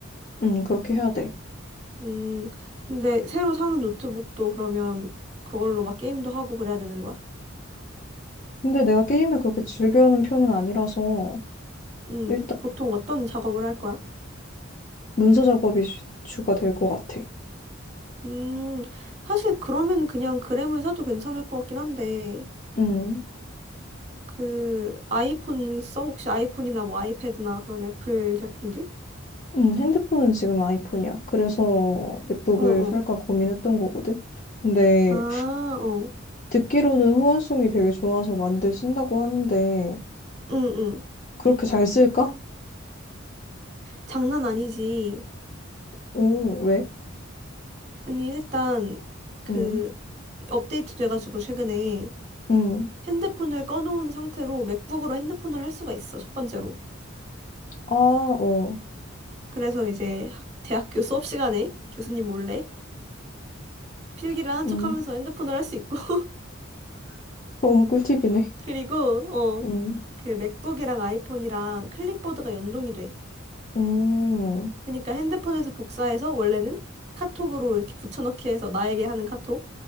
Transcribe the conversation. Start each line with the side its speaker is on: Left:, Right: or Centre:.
Left: 음 그렇게 해야 돼.
Right: 음, 근데 새로 사는 노트북도 그러면 그걸로 막 게임도 하고 그래야 되는 거야?
Left: 근데 내가 게임을 그렇게 즐겨하는 편은 아니라서
Right: 음,
Left: 일단
Right: 보통 어떤 작업을 할 거야?
Left: 문서 작업이 주- 주가 될 것 같아.
Right: 음, 사실 그러면 그냥 그램을 사도 괜찮을 것 같긴 한데,
Left: 응.
Right: 그, 아이폰 써? 혹시 아이폰이나 뭐 아이패드나 그런 애플 제품들?
Left: 음, 핸드폰은 지금 아이폰이야. 그래서 맥북을
Right: 어, 어.
Left: 살까 고민했던 거거든. 근데
Right: 아, 어.
Left: 듣기로는 호환성이 되게 좋아서 많이들 쓴다고 하는데
Right: 응, 응.
Left: 그렇게 잘 쓸까?
Right: 장난 아니지.
Left: 오, 왜?
Right: 아니, 일단, 그,
Left: 음,
Right: 업데이트 돼가지고 최근에
Left: 음,
Right: 핸드폰을 꺼놓은 상태로 맥북으로 핸드폰을 할 수가 있어, 첫 번째로.
Left: 아, 어,
Right: 그래서 이제 학- 대학교 수업 시간에 교수님 몰래 필기를 하는
Left: 음,
Right: 척하면서 핸드폰을 할 수 있고 <laughs>
Left: <laughs> 어, 꿀팁이네.
Right: 그리고
Left: 음,
Right: 어 그 맥북이랑 아이폰이랑 클립보드가 연동이 돼.
Left: 음,
Right: 그러니까 핸드폰에서 복사해서 원래는 카톡으로 이렇게 붙여넣기 해서 나에게 하는 카톡.